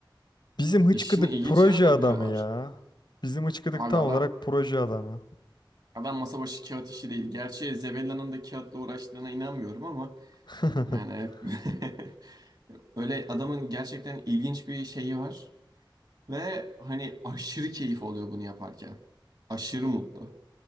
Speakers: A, on the left (about 60°); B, on the right (about 55°).
A: Bizim hıçkıdık
B: İşini ilginç
A: proje
B: yere de
A: adamı
B: buluyorlar.
A: ya. Bizim hıçkıdık
B: Abi
A: tam
B: adam
A: olarak proje adamı.
B: adam masa başı kağıt işi değil. Gerçi Zebella'nın da kağıtla uğraştığına inanmıyorum ama
A: <laughs>
B: yani <laughs> öyle adamın gerçekten ilginç bir şeyi var. Ve hani aşırı keyif alıyor bunu yaparken. Aşırı mutlu.